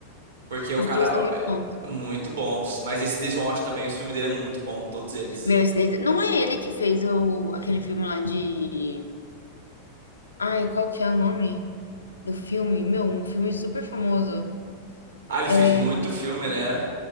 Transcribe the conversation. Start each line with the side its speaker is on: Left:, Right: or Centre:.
Right: Porque o
Left: Os
Right: cara.
Left: dois são muito
Right: é
Left: bons.
Right: é Muito bons. Mas esse Denzel Washington também, o filme dele é muito bom, todos eles.
Left: Meu, esse Denzel... Não é ele que fez o... aquele filme lá de... Ai, qual que é o nome do filme? Meu, um filme super famoso.
Right: Ah, ele
Left: É
Right: fez muito filme, né?